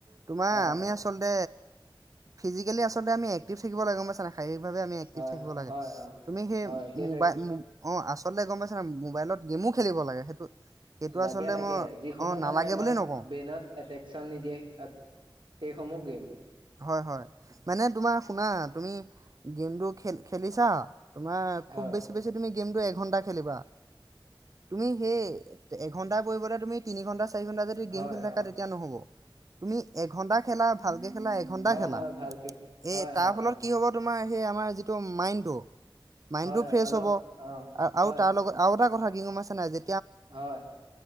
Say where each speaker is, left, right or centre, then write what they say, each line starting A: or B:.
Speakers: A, on the right; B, on the right.
A: তোমাৰ
B: অ
A: আমি আচলতে ফিজিকেলি আচলতে আমি এক্টিভ থাকিব লাগে গম পাইছানে? শাৰীৰিক ভাৱে আমি এক্টিভ
B: হয়
A: থাকিব লাগে
B: হয় অ
A: তুমি সেই
B: হয় সেইটোৱে
A: মো বাই মো আছোঁ। গম নাই পাইছা মোবাইলত গেমো খেলিব লাগে। সেইটো সেইটো
B: লাগে-লাগে
A: আচলতে মই
B: যিসমূহ
A: অ নালাগে
B: মানে আমাৰ
A: বুলি নকওঁ
B: ব্ৰেইনত এট্ৰেকচন নিদিয়ে সেইসমূহ গেম
A: হয়-হয় মানে তোমাৰ শুনা তুমি গেমটো খেল খেলিছা তোমাৰ খুব
B: হয়
A: বেছি-বেছি তুমি, গেমটো এঘন্টা খেলিবা তুমি সেই এঘণ্টাৰ পৰিবৰ্তে তুমি তিনি ঘণ্টা চাৰি ঘণ্টা যদি গেম
B: হয়
A: খেল থকা
B: অ
A: তেতিয়া নহ'ব। তুমি এঘন্টা খেলা ভালকে খেলা এঘন্টা
B: হয়
A: খেলা
B: হয় ভালকে
A: এই
B: হয়
A: তাৰ
B: হয়
A: ফলত
B: অ
A: কি হব, তোমাৰ সেই আমাৰ যিটো মাইণ্ডটো। মাইণ্ডটো
B: হয়
A: ফ্ৰেছ
B: অলপ
A: হ'ব
B: অ
A: আৰু
B: হয়
A: তাৰ লগত আৰু এটা কথা কি গম পাইছা নে আজি।
B: হয়।